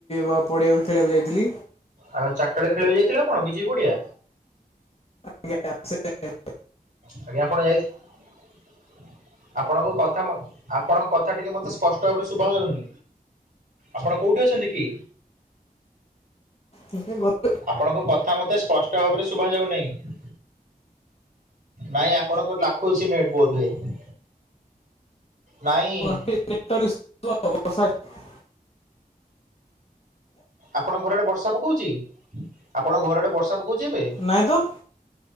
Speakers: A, on the left; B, on the right.
A: ବା ପଡ଼ିଆକୁ ଖେଳିବାକୁ ଯାଇଥିଲି।
B: ଆଉ ଚାରିଟାବେଳେ ଖେଳ ବି ଯାଇଥିଲା ଆପଣ ବିଜେପି ପଡିଆ।
A: ଆଜ୍ଞା ଆ ସେ <unintelligible>
B: ଆଜ୍ଞା ଆପଣ ଯାଇଥି ଆପଣଙ୍କ କଥା ଆପଣଙ୍କ କଥା ଟିକେ ମୋତେ ସ୍ପଷ୍ଟ ଭାବରେ ଶୁଭାଯାଉନି। ଆପଣ କୋଉଠି ଅଛନ୍ତି କି?
A: େ <unintelligible>
B: ଆପଣଙ୍କ କଥା ମୋତେ ସ୍ପଷ୍ଟ ଭାବରେ ଶୁଭାଯାଉନାହିଁ। ନାଇଁ ଆପଣଙ୍କର ଲାଖୁ ଅଛି ନେଟ୍ ବୋଧୁଏ ହୁଏ। ନାଇଁ
A: ଷ <inaudible>
B: ଆପଣଙ୍କ ଘର ଆଡ଼େ ବର୍ଷା ପକାଉଛି ଆପଣ ଘର ଆଡ଼େ ବର୍ଷା ପକାଉଛି ଏବେ।
A: ନହିଁ ତ।